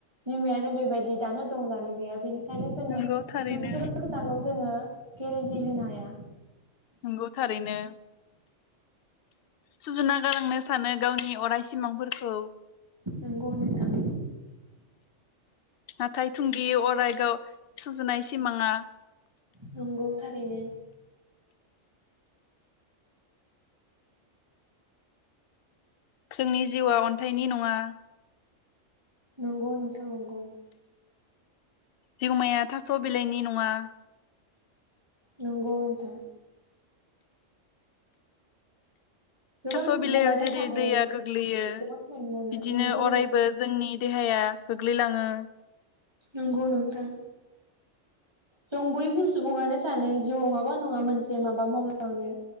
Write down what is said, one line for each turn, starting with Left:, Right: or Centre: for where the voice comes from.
Right: जिमायानो बेबायदि दानो दं लानो गैया बेनि ओंखायनो जोङो
Left: नंगौ थारैनो
Right: मोनसेबो खोथाखौ जोङो केरेन्टि होनो हाया
Left: नंगौ थारैनो, सुजुना गालांनो सानो गावनि अरायस सिमांफोरखौ,
Right: नंगौ नोंथां
Left: नाथाय थुंगि अरायगाव सुजुनाय सिमाङा,
Right: नंगौ थारैनो,
Left: जोंनि जिउआ अन्थाइनि नङा
Right: नंगौ नोंथां नंगौ
Left: जिउमाया थास बिलाइनि नङा,
Right: नंगौ नोंथां गोबां
Left: थास
Right: सुबुङानो
Left: बिलाइयाव जेरै
Right: सानो
Left: दैया गोग्लैयो
Right: गोबां खामानि मावनो
Left: बिदिनो
Right: नंगौ नोंथां
Left: अरायबो जोंनि, देहाया गोग्लैलाङो।
Right: नंगौ नोंथां। जों बयबो सुबुङानो सानो जिउआव माबा नङा मोनसे माबा मावलांनो